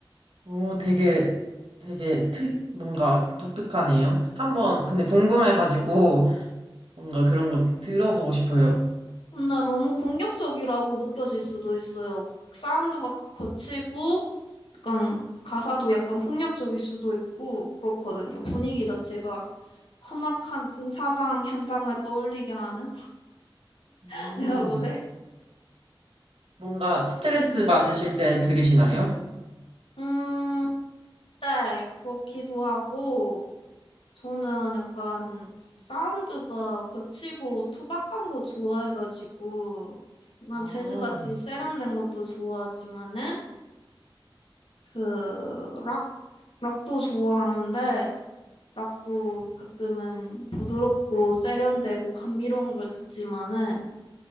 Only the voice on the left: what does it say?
나 너무 공격적이라고 느껴질 수도 있어요. 사운드가 그 거칠고, 약간 가사도 약간 폭력적일 수도 있고, 그렇거든요. 분위기 자체가 험악한 공사장 현장을 떠올리게 하는
<laughs> 내가 그래.
음, 네, 그렇기도 하고, 저는 약간 사운드가 거칠고 투박한 거 좋아해가지고, 약간
재즈같이 세련된 것도 좋아하지만은, 그, 락 락도 좋아하는데 락도 가끔은 부드럽고 세련되고 감미로운 걸 듣지만은